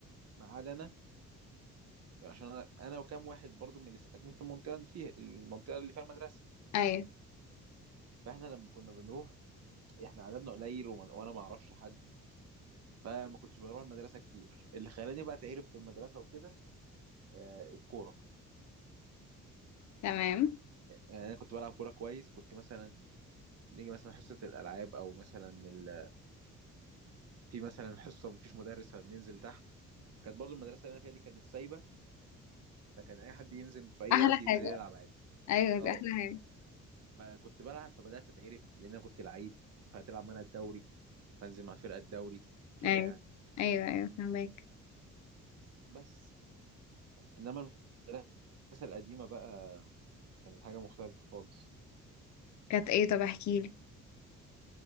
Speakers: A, on the right; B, on the left.
A: ما عدا أنا عشان أنا أنا وكام واحد برضو من اللي ساكنين في المنطقة اللي فيها المنطقة اللي فيها المدرسة
B: ايوه
A: فإحنا لما كنا بنروح إحنا عددنا قليل وما- وأنا ما أعرفش حد فما كنتش بروح المدرسة كتير اللي خلاني بقى تعرف في المدرسة وكده آه، الكورة
B: تمام
A: يعني انا كنت بلعب كوره كويس كنت مثلا نيجي مثلا حصه الالعاب او مثلا ال... في مثلا حصه مفيش مدرس فبننزل تحت كانت برضو المدرسه اللي انا فيها دي كانت سايبه فكان اي حد ينزل في اي
B: احلى
A: وقت ينزل
B: حاجه
A: يلعب عادي
B: ايوه
A: اه
B: دي احلى حاجه
A: فكنت بلعب فبدات اتعرف لان انا كنت لعيب فهتلعب معانا الدوري فانزل مع فرقه الدوري كده
B: ايوه
A: يعني
B: ايوه ايوه فهمك
A: بس انما المدرسه القديمه بقى كانت حاجه مختلفه خالص
B: كانت ايه طب احكي لي